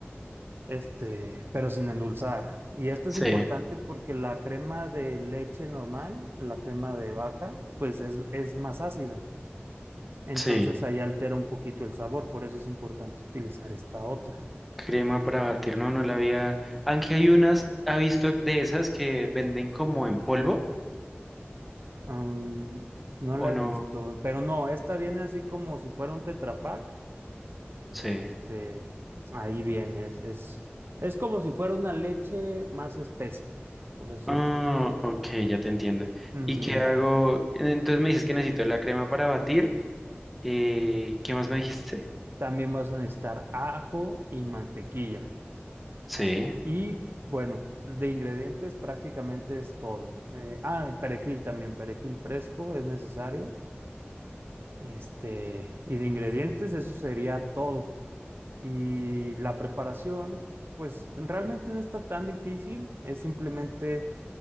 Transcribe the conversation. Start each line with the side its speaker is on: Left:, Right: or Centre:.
Right: este, pero sin endulzar. Y esto
Centre: Sí,
Right: es importante porque la crema de leche normal, la crema de vaca, pues es, es más ácida. Entonces
Centre: sí.
Right: ahí altera un poquito el sabor, por eso es importante utilizar esta otra.
Centre: Crema para batir, no, no la había. Aunque hay unas, ¿ha visto de esas que venden como en polvo
Right: Mm, no
Centre: o
Right: la
Centre: no?
Right: he visto, pero no, esta viene así como si fuera un Tetra Pak.
Centre: Sí.
Right: Este, ahí viene, es, es, es como si fuera una leche más espesa, por así
Centre: Ah,
Right: es.
Centre: ok, ya te entiendo.
Right: Ujú.
Centre: ¿Y qué hago? Entonces me dices que necesito la crema para batir. eh, ¿qué más me dijiste?
Right: También vas a necesitar ajo y mantequilla.
Centre: Sí,
Right: Y bueno, de ingredientes prácticamente es todo. Eh, ah, perejil también, perejil fresco es necesario. Este, y de ingredientes, eso sería todo. Y la preparación, pues realmente no está tan difícil, es simplemente